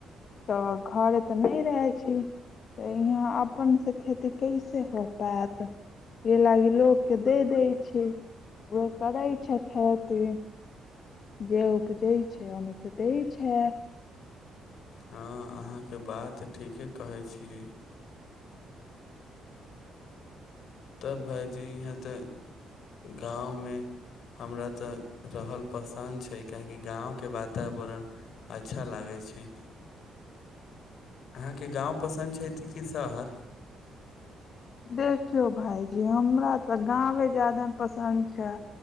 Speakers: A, on the left (about 55°); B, on the left (about 70°).
A: तऽ घरे तऽ नय रहे छे तऽ यहाँ अपन से खेती कैसे हो पैत एह लागि लोक के दे दै छै ओह करै छै खेती जे उपजै छै ओहिमे से दै छै
B: हँ अहाँके बात ठीके कहै छी तब भायजी इहाँ तऽ गाँवमे हमरा तऽ रहल पसन्द छै किहकि गाँवके वातावरण अच्छा लागै छै अहाँके गाँव पसन्द छै कि शहर
A: देखियौ भाईजी हमरा तऽ गावे ज्यादे पसन्द छै